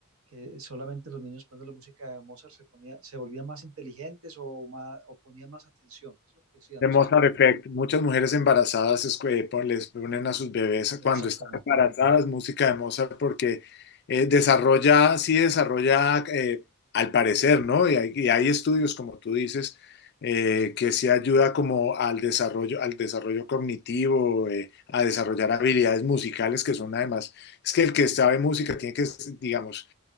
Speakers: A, on the right; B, on the left.
A: que solamente los niños poniendo la música de Mozart se, ponía, se volvían más inteligentes o, más, o ponían más atención, es lo que decía,
B: de
A: no
B: Mozart
A: sé si...
B: Effect. Muchas mujeres embarazadas es que pon- les ponen a sus bebés cuando
A: Exactamente,
B: están embarazadas música de Mozart porque eh, desarrolla, sí desarrolla, eh, al parecer, ¿no? Y hay, y hay estudios, como tú dices, eh, que sí ayuda como al desarrollo, al desarrollo cognitivo, eh, a desarrollar habilidades musicales que son además, es que el que sabe música tiene que, digamos,